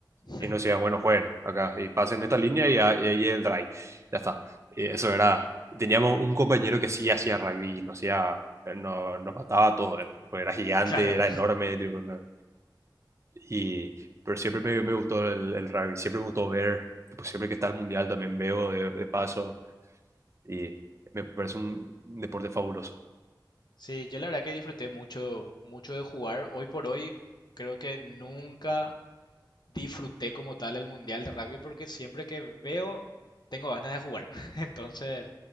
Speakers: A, on the left; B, on the right.
A: <laughs>
B: y nos decían, bueno, jueguen acá y pasen esta línea y, ahí el drive. Ya está. Y eso era. Teníamos un compañero que sí hacía rugby, nos, hacía, no, nos mataba todo. pues era gigante,
A: Claro.
B: era enorme. tipo, no- y, pero siempre me, me gustó el, el rugby, siempre me gustó ver. Pues siempre que está el mundial también veo de, de paso y me parece un deporte fabuloso.
A: Sí, yo la verdad que disfruté mucho, mucho de jugar. Hoy por hoy creo que nunca disfruté como tal el mundial de rugby porque siempre que veo tengo ganas de jugar. <laughs> Entonces,